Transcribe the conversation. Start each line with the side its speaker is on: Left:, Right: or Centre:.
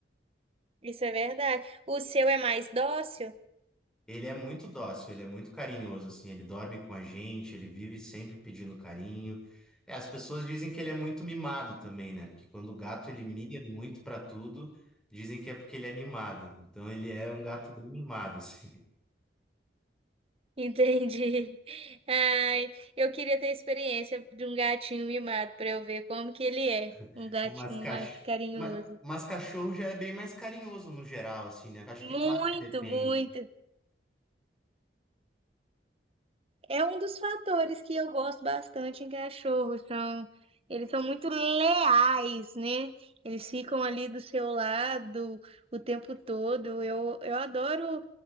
Right: isso é verdade. O seu é mais dócil?
Centre: Ele é muito dócil, ele é muito carinhoso, assim, ele dorme com a gente, ele vive sempre pedindo carinho. É, as pessoas dizem que ele é muito mimado também, né? Porque quando o gato ele mia muito pra tudo, dizem que é porque ele é mimado. Então ele é um gato bem mimado, assim.
Right: Entendi. Ai, eu queria ter a experiência de um gatinho mimado para eu ver como que ele é,
Centre: <laughs>
Right: um gatinho
Centre: Mas, cach...
Right: mais carinhoso.
Centre: mas, mas cachorro já é bem mais carinhoso no geral, assim, né? Acho
Right: Muito,
Centre: que claro que depende.
Right: muito. É um dos fatores que eu gosto bastante em cachorros, são eles são muito leais, né? Eles ficam ali do seu lado o tempo todo. Eu, eu adoro